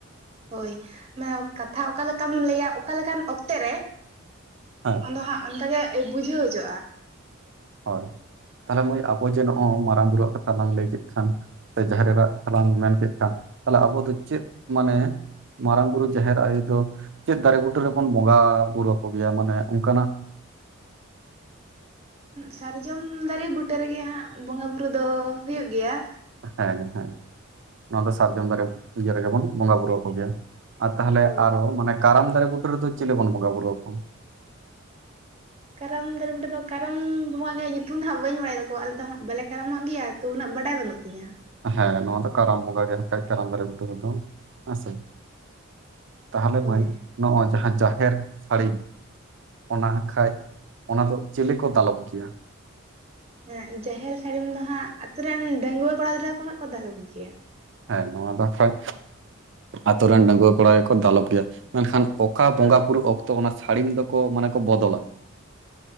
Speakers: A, on the right; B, on the right.
A: ᱦᱳᱭ ᱢᱮᱭᱚᱠ ᱠᱟᱛᱷᱟ ᱚᱠᱟᱞᱮᱠᱟᱢ ᱞᱟᱹᱭᱟ ᱚᱠᱟᱞᱮᱠᱟᱱ ᱚᱠᱛᱮ ᱨᱮ
B: ᱦᱮᱸ
A: ᱟᱫᱚ ᱦᱟᱸᱜ ᱚᱱᱠᱟᱜᱮ <inaudible> ᱵᱩᱡᱷᱟᱹᱣ ᱦᱚᱪᱚᱜᱼᱟ ᱾
B: ᱦᱳᱭ ᱛᱟᱞᱦᱮ ᱢᱟᱹᱭ ᱟᱵᱚ ᱡᱮ ᱱᱚᱜᱼᱚᱭ ᱢᱟᱨᱟᱝ ᱵᱩᱨᱩᱣᱟᱜ ᱠᱟᱛᱷᱟ ᱞᱟᱝ ᱞᱟᱹᱭ ᱠᱮᱫ ᱠᱷᱟᱱ ᱥᱮ ᱡᱟᱦᱮᱨᱮᱨᱟ ᱟᱜ ᱠᱟᱛᱷᱟ ᱞᱟᱝ ᱢᱮᱱ ᱠᱮᱫ ᱠᱷᱟᱱ ᱛᱟᱦᱞᱮ ᱟᱵᱚ ᱫᱚ ᱪᱮᱫ ᱢᱟᱱᱮ ᱢᱟᱨᱟᱝ ᱵᱩᱨᱩ ᱡᱟᱦᱮᱨ ᱟᱭᱳ ᱫᱚ ᱪᱮᱫ ᱫᱟᱨᱮ ᱵᱩᱴᱟᱹ ᱨᱮᱵᱚᱱ ᱵᱚᱸᱜᱟ ᱵᱩᱨᱩ ᱟᱠᱚᱜᱮᱭᱟ ᱢᱟᱱᱮ ᱚᱱᱠᱟᱱᱟᱜ
A: ᱥᱟᱨᱡᱚᱢ ᱫᱟᱨᱮ ᱵᱩᱴᱟᱹ ᱨᱮᱜᱮ ᱦᱟᱸᱜ ᱵᱚᱸᱜᱟ ᱵᱩᱨᱩ ᱫᱚ ᱦᱩᱭᱩᱜ ᱜᱮᱭᱟ ᱾
B: ᱦᱮᱸ ᱦᱮᱸ ᱱᱚᱣᱟ ᱫᱚ ᱥᱟᱨᱡᱚᱢ ᱫᱟᱨᱮ ᱤᱭᱟᱹ ᱨᱮᱜᱮ ᱵᱚᱱ ᱵᱚᱸᱜᱟ ᱵᱩᱨᱩ ᱟᱠᱚ ᱜᱮᱭᱟ ᱾ ᱟᱨ ᱛᱟᱦᱟᱞᱮ
A: ᱦᱳᱭ
B: ᱟᱨᱦᱚᱸ ᱢᱟᱱᱮ ᱠᱟᱨᱟᱢ ᱫᱟᱨᱮ ᱵᱩᱴᱟᱹ ᱨᱮᱫᱚ ᱪᱮᱞᱮ ᱵᱚᱱ ᱵᱚᱸᱜᱟᱼ ᱵᱩᱨᱩ ᱟᱠᱚ?
A: ᱠᱟᱨᱟᱢ ᱫᱟᱨᱮ ᱵᱩᱴᱟᱹ ᱫᱚ ᱠᱟᱨᱟᱢ ᱵᱚᱸᱜᱟ ᱜᱮ ᱧᱩᱛᱩᱢ ᱫᱚ ᱦᱟᱸᱜ ᱵᱟᱹᱧ ᱵᱟᱲᱟᱭ ᱛᱟᱠᱚᱣᱟ ᱟᱞᱮ ᱫᱚ ᱦᱟᱸᱜ ᱵᱟᱞᱮ ᱠᱟᱨᱟᱢᱚᱜ ᱜᱮᱭᱟ ᱾ ᱛᱚ ᱩᱱᱟᱹᱜ ᱵᱟᱰᱟᱭ ᱵᱟᱹᱱᱩᱜ ᱛᱤᱧᱟᱹ ᱾
B: ᱦᱮᱸ ᱱᱚᱣᱟ ᱫᱚ ᱠᱟᱨᱟᱢ ᱵᱚᱸᱜᱟ ᱜᱮ ᱦᱮᱸᱜ ᱠᱷᱟᱡ ᱠᱟᱨᱟᱢ ᱫᱟᱨᱮ ᱵᱩᱴᱟᱹ ᱨᱮᱫᱚ ᱦᱮᱸᱥᱮ ᱾ ᱛᱟᱦᱟᱞᱮ
A: ᱦᱳᱭ
B: ᱢᱟᱹᱭ ᱱᱚᱣᱟ ᱡᱟᱦᱟᱸ ᱡᱟᱦᱮᱨ ᱥᱟᱹᱲᱤᱢ ᱚᱱᱟ ᱟᱸᱠᱷᱟᱡ ᱚᱱᱟ ᱫᱚ ᱪᱮᱞᱮ ᱠᱚ ᱫᱟᱞᱚᱵ ᱜᱮᱭᱟ?
A: ᱦᱮᱸ ᱡᱟᱦᱮᱨ ᱥᱟᱹᱲᱤᱢ ᱫᱚ ᱦᱟᱸᱜ ᱟᱹᱛᱩ ᱨᱮᱱ ᱰᱟᱺᱜᱩᱣᱟᱹ ᱠᱚᱲᱟ ᱜᱤᱫᱽᱨᱟᱹ ᱠᱚ ᱦᱟᱸᱜ ᱠᱚ ᱫᱟᱞᱚᱵ ᱜᱮᱭᱟ ᱾
B: ᱦᱮᱸ ᱱᱚᱣᱟ ᱫᱚ ᱟᱠᱷᱟᱡ ᱟᱛᱳ ᱨᱮᱱ ᱰᱟᱺᱜᱩᱣᱟᱹ ᱠᱚᱲᱟ ᱜᱮᱠᱚ ᱫᱟᱞᱚᱵ ᱜᱮᱭᱟ ᱾ ᱢᱮᱱᱠᱷᱟᱱ ᱚᱠᱟ ᱵᱚᱸᱜᱟ ᱯᱩᱲᱩ ᱚᱠᱛᱚ ᱚᱱᱟ ᱥᱟᱹᱲᱤᱢ ᱫᱚᱠᱚ ᱢᱟᱱᱮ ᱠᱚ ᱵᱚᱫᱚᱞᱟ?